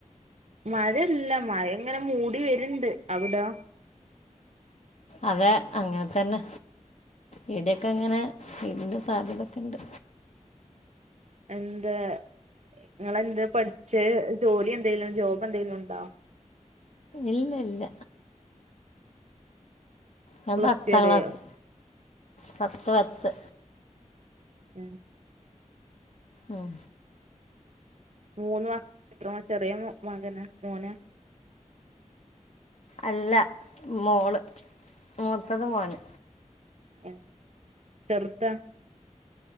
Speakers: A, on the right (about 60°); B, on the left (about 60°).
A: മഴ ഇല്ല മഴ ഇങ്ങനെ മൂടി വരിണ്ട് അവിടോ?
B: അതേ അങ്ങനെ തന്നെ ഇവിടേക്കെ ഇങ്ങനെ വെയിലിന്റെ സാധ്യതക്കെ ഇണ്ട്.
A: എന്താ നിങ്ങള് എന്താ പഠിച്ചേ? ജോലി എന്തേലും ജോബ് എന്തേലും ഉണ്ടോ?
B: ഇല്ലില്ല ഞാൻ
A: പ്ലസ്
B: പത്താം
A: ടു വരെയോ
B: ക്ലാസ് പത്തു പത്ത്
A: ഉം
B: ഉം
A: മൂന്ന് <unintelligible> ചെറിയ മകനാ മോനാ
B: അല്ല മോള്. മൂത്തത് മോന്
A: ഏ ചെർതാ